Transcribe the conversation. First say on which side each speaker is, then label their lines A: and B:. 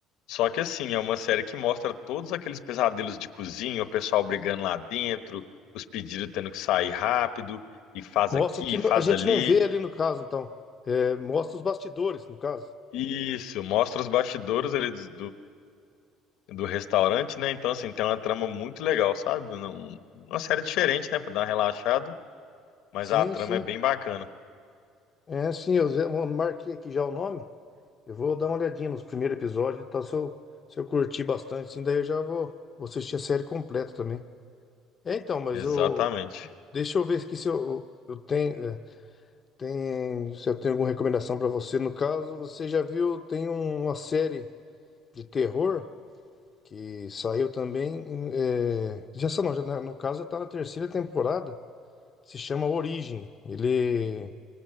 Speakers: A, on the left (about 65°); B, on the left (about 25°).
A: Só que assim, é uma série que mostra todos aqueles pesadelos de cozinha, o pessoal brigando lá dentro, os pedidos tendo que sair rápido, e faz
B: Mostra
A: aqui,
B: o que
A: e
B: no-
A: faz
B: a gente
A: ali.
B: não vê ali no caso, então. É, mostra os bastidores, no caso.
A: Isso, mostra os bastidores ali do, do, do restaurante, né? Então, assim, tem uma trama muito legal, sabe? Não- uma série diferente, né? Pra dar uma relaxada, mas
B: Sim,
A: a trama
B: sim.
A: é bem bacana.
B: É, sim, eu já- eu marquei aqui já o nome. Eu vou dar uma olhadinha nos primeiros episódios e tal, se eu, se eu curtir bastante, sim, daí eu já vou, vou assistir a série completa também. É, então, mas
A: Exatamente.
B: eu... Deixa eu ver aqui se eu, eu tenho, é, tem, se eu tenho alguma recomendação pra você. No caso, você já viu, tem um- uma série de terror que saiu também. É, já sei não, já, na- no caso já tá na terceira temporada. se chama Origem. Ele,